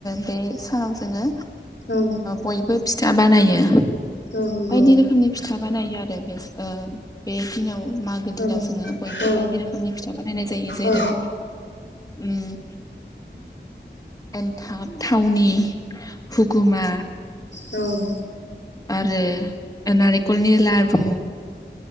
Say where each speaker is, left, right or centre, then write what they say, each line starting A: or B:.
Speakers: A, on the left; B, on the left.
A: बे सानाव जोङो
B: औ
A: बयबो फिथा बानायो
B: औ नंगौ
A: बायदि रोखोमनि फिथा बानायो आरो बे बे दिनाव मागो
B: औ
A: दिनाव जोङो बयबो
B: औ
A: बायदि रोखोमनि फिथा बानायनाय जायो जेरै
B: औ
A: उम एन्थाब थावनि हुगुमा
B: औ औ
A: आरो नारेंखलनि ला रु